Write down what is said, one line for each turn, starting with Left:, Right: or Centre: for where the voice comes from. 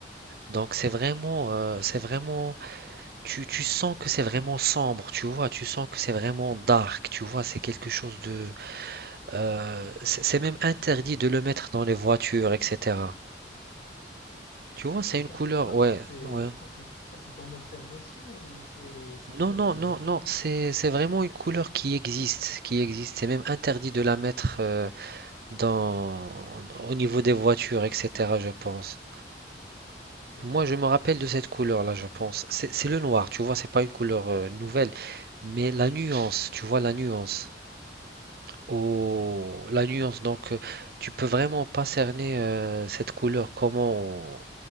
Right: Donc c'est vraiment, euh, c'est vraiment, tu, tu sens que c'est vraiment sombre, tu vois, tu sens que c'est vraiment dark, tu vois, c'est quelque chose de, euh, c'est c'est même interdit de le
Left: De-
Right: mettre dans les voitures, etc. Tu vois, c'est
Left: Et
Right: une
Left: ça
Right: couleur,
Left: c'est ça,
Right: ouais,
Left: ça c'est
Right: ouais.
Left: ça c'est ça c'est ton observation ou c'est c'est quoi
Right: Non, non,
Left: exactement?
Right: non, non, c'est c'est vraiment une couleur qui existe, qui existe. C'est même interdit de la mettre euh, dans au niveau des voitures, etc. Je pense.
Left: Ok.
Right: Moi, je me rappelle de cette couleur-là, je pense. C'est c'est le noir, tu vois, c'est pas une couleur euh, nouvelle, mais la nuance, tu vois, la nuance. Oh, la nuance. Donc, euh, tu peux vraiment pas cerner euh, cette couleur. Comment